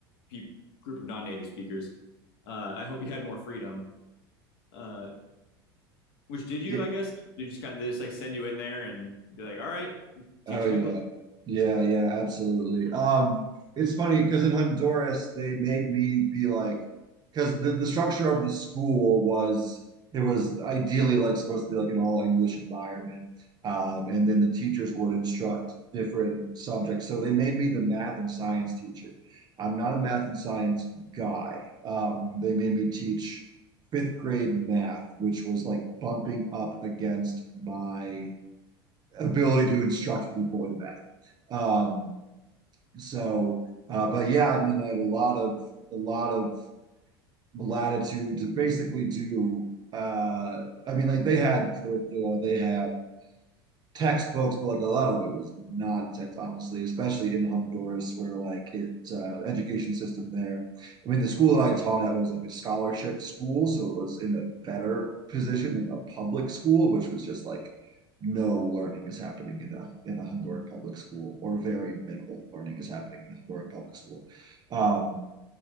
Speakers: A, on the left; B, on the right.
A: pe- group of non-native speakers. Uh, I hope you had more freedom. Uh, which did you?
B: yeah,
A: I guess did you just kind of just like send you in there and be like, all right, teach
B: Oh
A: them
B: yeah.
A: English.
B: Yeah, yeah, absolutely. Um, it's funny because in Honduras they made me be like because the, the structure of the school was it was ideally like supposed to be like an all English environment. Um, and then the teachers would instruct different subjects. So they made me the math and science teacher. I'm not a math and science guy. Um, they made me teach fifth grade math, which was like bumping up against my ability to instruct people in math. Um, so, uh, but yeah, I mean, I had a lot of a lot of latitude to basically do. Uh, I mean, like they had curricula, they had textbooks, but like a lot of it was nonsense, honestly, especially in Honduras, where like it uh, education system there. I mean, the school that I taught at was like a scholarship school, so it was in a better position than a public school, which was just like no learning is happening in a in a Honduran public school, or very minimal learning is happening in a Honduran public school. Um,